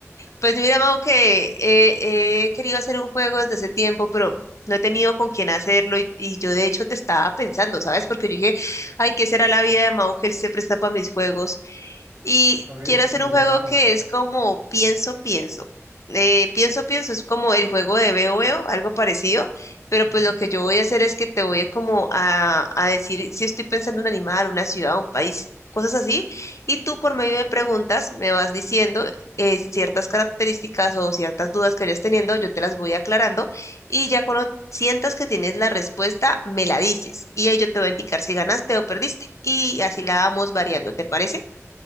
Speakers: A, on the left; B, on the right.
A: Pues mira, Mau, que eh, he querido hacer un juego desde hace tiempo, pero no he tenido con quién hacerlo y, y yo de hecho te estaba pensando, ¿sabes? Porque yo dije, ay, ¿qué será la vida de Mau que él se presta para mis juegos? Y
B: Una vez
A: quiero hacer
B: nos
A: un
B: llamamos.
A: juego que es como pienso, pienso. Eh, pienso, pienso es como el juego de veo, veo, algo parecido, pero
B: Ujú.
A: pues lo que yo voy a hacer es que te voy a como a, a decir si estoy pensando en un animal, una ciudad, un país, cosas así, y tú por medio de preguntas me vas diciendo eh, ciertas características o ciertas dudas que vayas teniendo, yo te las voy aclarando y ya cuando sientas que tienes la respuesta, me la dices y ahí yo te voy a indicar si ganaste o perdiste y así la vamos variando, ¿te parece?